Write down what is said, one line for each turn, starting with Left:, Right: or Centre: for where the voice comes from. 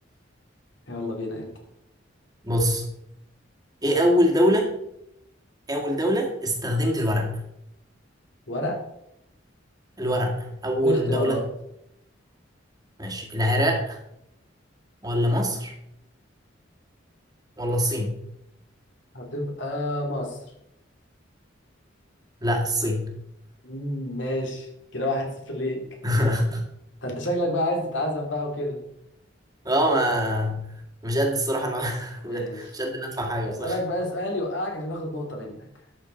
Left: يلا بينا انت
Right: بص ايه اول دولة إيه اول دولة استخدمت الورق
Left: ورق
Right: الورق اول
Left: والاختيارات
Right: دولة ماشي العراق ولا مصر ولا الصين
Left: هتبقى مصر
Right: لا الصين
Left: مم، ماشي كده واحد صفر ليك
Right: <laughs>
Left: ده انت شكلك بقى عايز تتعزم بقى وكده
Right: اه ما مش قد الصراحة الع...
Left: ماشي
Right: <laughs> مش قد ان ادفع حاجة
Left: اسألك
Right: بصراحة
Left: بقى سؤال يوقعك عشان اخد نقطة منك